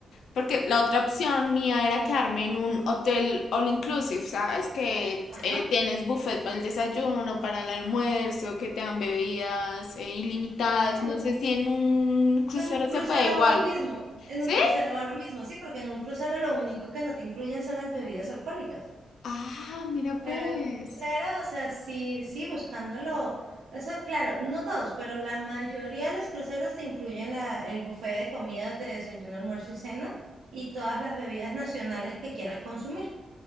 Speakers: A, on the left; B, on the right.
A: Porque la otra opción mía era quedarme en un hotel all inclusive, ¿sabes? Que
B: ajá,
A: eh, tienes buffet para el desayuno, para el almuerzo, que te dan bebidas eh, ilimitadas.
B: bueno,
A: No sé si en un crucero
B: en un crucero
A: se puede igual.
B: va lo mismo, en
A: Sí,
B: un crucero va lo mismo, sí, porque en un crucero lo único que no te incluyen son las bebidas alcohólicas,
A: Ah, mira
B: pero
A: pues.
B: en un crucero, o sea, sí, sí, buscándolo, eso claro, no todos, pero la mayoría de los cruceros te incluyen la, el buffet de comidas de desayuno, almuerzo y cena y todas las bebidas nacionales que quieras consumir.